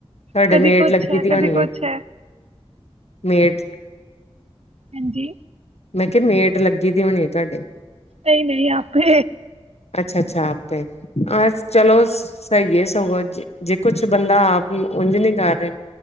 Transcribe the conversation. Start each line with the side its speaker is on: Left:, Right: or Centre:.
Left: ਤੁਹਾਡੇ
Right: ਕਦੀ
Left: ਮੇਡ
Right: ਕੁਛ
Left: ਲੱਗੀ ਦੀ ਹੋਣੀ
Right: ਕਦੀ ਕੁਛ
Left: ਹੈ, ਮੇਡ।
Right: ਹਾਂਜੀ
Left: ਮੈਂ ਕਿਹਾ ਮੇਡ ਲੱਗੀ ਦੀ ਹੋਣੀ ਤੁਹਾਡੇ।
Right: ਨਹੀਂ-ਨਹੀਂ ਆਪੇ
Left: ਅੱਛਾ-ਅੱਛਾ ਆਪੇ ਅਹ ਚਲੋ ਸਹੀ ਏ। ਸਗੋਂ ਜੇ ਕੁਛ ਬੰਦਾ ਆਪ ਉੰਝ ਨੀ ਕਰ ਰਿਹਾ,